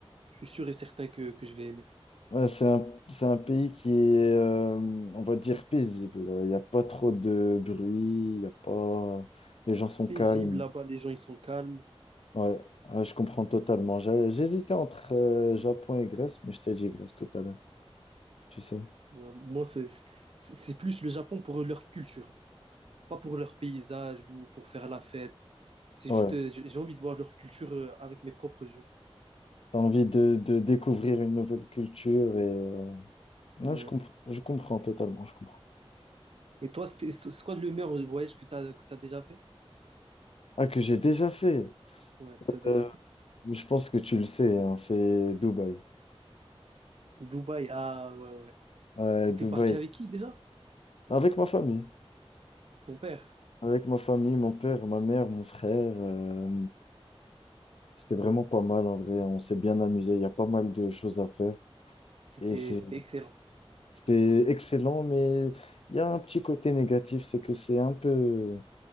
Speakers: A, on the right; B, on the left.
A: Je suis sûr et certain que, que je vais aimer.
B: Ouais, c'est un, c'est un pays qui est, euh, on va dire, paisible. Il n'y a pas trop de bruit, il y a pas... les gens sont calmes.
A: Paisible, là-bas, les gens, ils sont calmes.
B: Ouais, ouais, je comprends totalement. J'ai- J'hésitais entre euh, Japon et Grèce, mais je t'ai dit Grèce tout à l'heure, tu sais.
A: Ouais, moi, c'est, c'est c'est plus le Japon pour leur culture, pas pour leur paysage ou pour faire la fête. C'est
B: Ouais,
A: juste, euh, j'ai j'ai envie de voir leur culture euh, avec mes propres yeux.
B: t'as envie de, de découvrir une nouvelle culture et... euh, Non,
A: Ouais.
B: je comprends, je comprends totalement, je comprends.
A: Et toi, c'était- c'est c'est quoi le meilleur voyage que tu as, que tu déjà fait?
B: Ah, que j'ai déjà fait.
A: Ouais, que tu déjà
B: Euh,
A: fait.
B: je pense que tu le sais, hein, c'est Dubaï.
A: Dubaï, ah ouais, ouais.
B: Euh,
A: T'étais
B: Dubaï,
A: parti avec qui déjà?
B: avec ma famille.
A: Ton père.
B: Avec ma famille, mon père, ma mère, mon frère, euh, c'était vraiment pas mal en vrai. On s'est bien amusé. Il y a pas mal de choses à faire.
A: C'était,
B: Et c'est,
A: c'était excellent.
B: c'était excellent, mais il y a un petit côté négatif, c'est que c'est un peu,